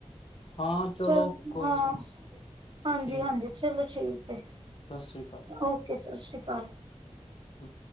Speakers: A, on the left (about 50°); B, on the right (about 45°).
A: ਹਾਂ ਚਲੋ
B: ਚਲ
A: ਕੋਈ
B: ਹਾਂ
A: ਨੀ
B: ਹਾਂਜੀ-ਹਾਂਜੀ
A: ਠੀਕ ਹੈ
B: ਚਲੋ ਠੀਕ ਐ।
A: ਸਤਿ ਸ੍ਰੀ
B: <unintelligible> ਓਕੇ ਸਤਿ ਸ਼੍ਰੀ, <unintelligible>
A: ਹੂੰ,